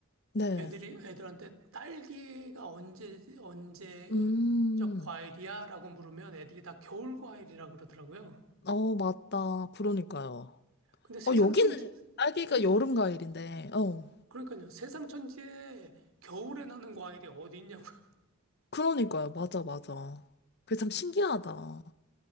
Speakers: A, on the left (about 50°); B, on the right (about 75°).
A: 네.
B: 애들이 애들한테 딸기가 언제 언제
A: 음,
B: 적 과일이야라고 물으면 애들이 다 겨울 과일이라 그러더라고요.
A: 어, 맞다. 그러니까요.
B: 근데 세상
A: 어, 여기는
B: 천지
A: 딸기가
B: 세,
A: 여름 과일인데, 어,
B: 그러니까요. 세상 천지에 겨울에 나는 과일이 어디 있냐고. <laughs>
A: 그러니까요. 맞아, 맞아. 그게 참 신기하다.